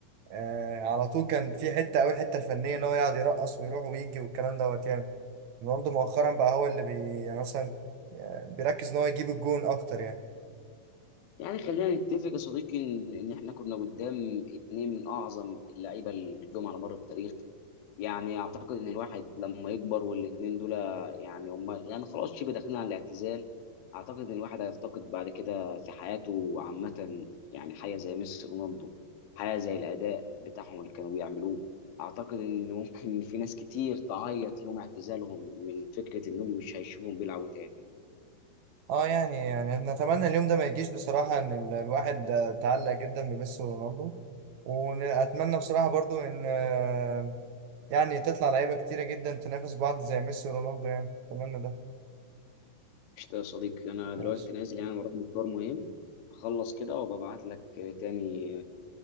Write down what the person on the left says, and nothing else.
يعني خلينا نتفق يا صديقي ان إن احنا كنا قدام اتنين من اعظم اللعيبه اللي جم على مر التاريخ يعني اعتقد ان الواحد لما يكبر والاتنين دول يعني هم يعني خلاص شبه داخلين على الاعتزال اعتقد ان الواحد هيفتقد بعد كده في حياته عامة يعني حاجة زي ميسي رونالدو حاجة زي الاداء بتاعهم اللي كانوا بيعملوه اعتقد ان ممكن <laughs> في ناس كتير تعيط يوم اعتزالهم من فكرة انهم مش هيشوفهم بيلعبوا تاني
قشطة يا صديقي انا دلوقتي
نازل يعني ورايا مشوار مهم اخلص كده وببعت لك تاني